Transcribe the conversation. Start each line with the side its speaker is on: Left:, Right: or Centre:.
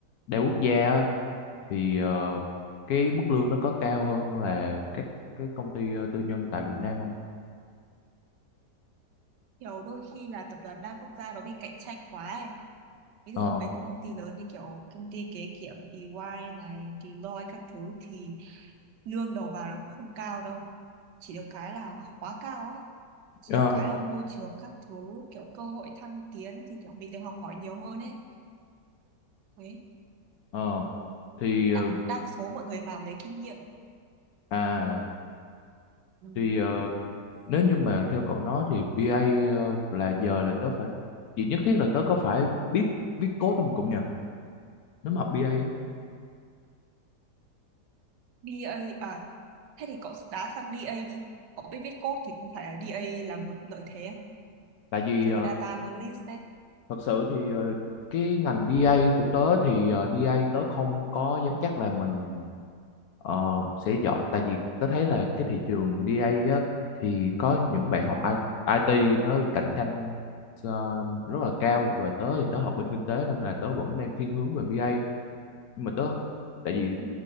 Left: đa quốc gia á, thì ờ, cái mức lương nó có cao hơn là các cái công ty ờ, tư nhân tại Việt Nam không?
Right: Kiểu đôi khi là tập đoàn đa quốc gia nó bị cạnh tranh quá ấy. Ví
Left: Ờ.
Right: dụ ở mấy công ty lớn như kiểu công ty kế kiểm EY này, Deloitte các thứ thì lương đầu vào nó cũng không cao đâu. Chỉ được cái là quá cao ấy. Chỉ
Left: Ờ.
Right: được cái là môi trường các thứ kiểu cơ hội thăng tiến thì kiểu mình được học hỏi nhiều hơn ấy. Đấy.
Left: Ờ. Thì ờ,
Right: Đa, đa số mọi người vào lấy kinh nghiệm
Left: à
Right: Ừ.
Left: thì ờ, nếu như mà theo cậu nói thì BA ờ, là giờ là tớ phải chỉ nhất thiết là tớ có phải biết viết code không cậu nhỉ? Nếu mà học BA á.
Right: đê a à thế thì cậu đá sang DA đi cậu biết viết code thì không phải là DA là một lợi thế à?
Left: Tại vì
Right: kiểu
Left: ờ,
Right: data analyst đấy
Left: thật sự thì ờ, cái ngành DA của tớ thì ờ, DA tớ không có dám chắc là mình ờ, sẽ giỏi tại vì tớ thấy là cái thị trường DA á, thì có những bạn học
Right: Ồ.
Left: I- IT nó cạnh tranh ờ, rất là cao và tớ thì tớ học bên kinh tế nên là tớ vẫn đang thiên hướng về BA nhưng mà tớ tại vì
Right: Ừ.